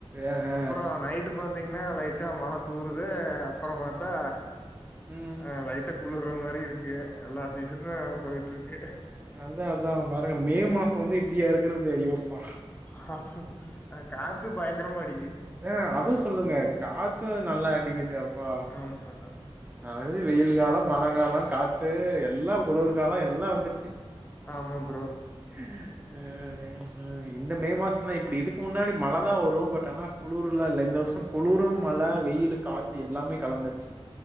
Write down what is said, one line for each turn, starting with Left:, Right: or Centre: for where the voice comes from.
Right: அஹ்
Left: அப்புற நைட்டு பாத்தீங்ன்னா லைட் ட்டா மழ தூறுது அப்புற பாத்தா
Right: உம்
Left: அ லைட்ட குளிர்ற மாரி இருக்கு எல்லா சீசனு போயிட்ருக்கு
Right: அத்தா அதா பாருங்க மே மாச வந்து இப்டியா இர்க்குறது ஐயோ அப்பா
Left: அ ஆனா காத்து பயங்கரமா அடிக்குது
Right: ஏ அதுவும் சொல்லுங்க காத்தும் நல்லா அடிக்குது அப்பா
Left: ஆமா
Right: அது வெயில் காலம் மழை காலம் காத்து எல்லாம் குளர் காலோ எல்லா வந்துருச்சு
Left: ஆமா ப்ரோ
Right: ம் ம் ம் இந்த மே மாசம் தான் இப்டி இதுக்கு முன்னாடி மழை தான் வரும் பட் ஆனா குளர்லா இல்ல இந்த வருஷம் குளுறு மழ வெயில் காத்து எல்லாமே கலந்துருச்சு